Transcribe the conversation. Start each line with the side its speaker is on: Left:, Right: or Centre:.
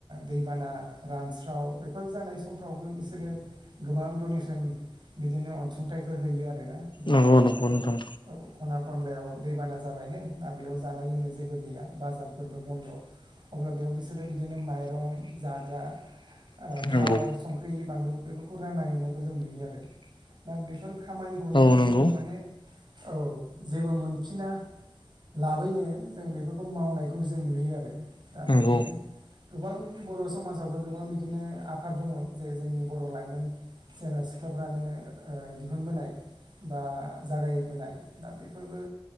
Right: दैबाना रानस्राव बेफोर जानाय समफ्रावबो बिसोरो गोबां डनेसन बिदिनो अनसुंथाइफोर होयो आरोना जे
Left: नंगौ
Right: माने
Left: नंगौ नोंथां
Right: औ खना खनलायाव दैबाना जाबायनो दा बेयाव जानो लोंनो जेबो गैया बाजारफोरबो बन्द' अब्ला बेयाव बिसोरो बिदिनो माइरं जाग्रा ओ
Left: नंगौ
Right: थाव, संख्रि, बानलु बेफोरखौ रानना हैनायखौ जों नुयो आरो। दा बेफोर खामानिखौनो
Left: औ नंगौ
Right: जोङो माने औ जेबो मोनफिना लाबोयनो जों बेफोरखौ मावनायखौ जों नुयो आरो दा
Left: नंगौ
Right: बिदिनो गोबां बर' समाजावबो गोबां बिदिनो आफाद दङ जे जोंनि बर' लाइमोन सेंग्रा सिख्लाफोरानो ओ दिहुनबोनाय बा जागायबोनाय दा बेफोरबो